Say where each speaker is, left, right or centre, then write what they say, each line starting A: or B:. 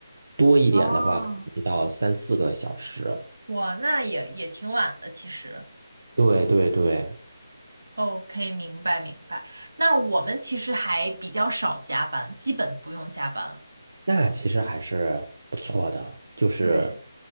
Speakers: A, on the right; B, on the right.
A: 多一点的话，
B: 哦，
A: 一到三四个小时。
B: 哇，那也也挺晚的，其实。
A: 对对对。
B: OK，明白明白。那我们其实还比较少加班，基本不用加班。
A: 那其实还是不错的，就是，
B: 对